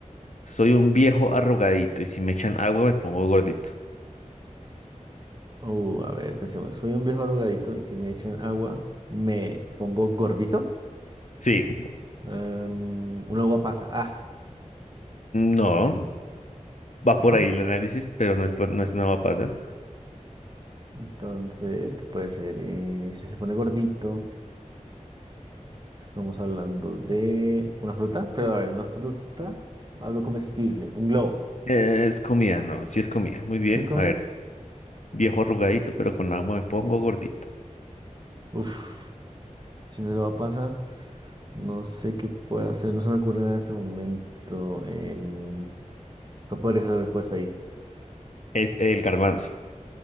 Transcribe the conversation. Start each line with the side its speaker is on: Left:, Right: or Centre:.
Left: soy un viejo arrugadito y si me echan agua me pongo gordito.
Right: Uh, a ver, pensemos, soy un viejo arrugadito y si me echan agua, me pongo gordito.
Left: Sí,
Right: Em, un agua pasa. Ah,
Left: no, va
Right: ¿no?
Left: por ahí el análisis, pero no es, por- no es, no va a pasar.
Right: Entonces, ¿qué puede ser? Eh, si se pone gordito, estamos hablando de una fruta, pero a ver, una fruta, algo comestible, un globo.
Left: Eh, es comida, no, sí es comida. Muy bien.
Right: ¿Sí es comida?
Left: A ver, viejo arrugadito, pero con agua me pongo gordito.
Right: Uf, si no lo va a pasar, no sé qué puedo hacer, no se me ocurre nada en este momento. Em, ¿cuál podría ser la respuesta ahí?
Left: Es el garbanzo.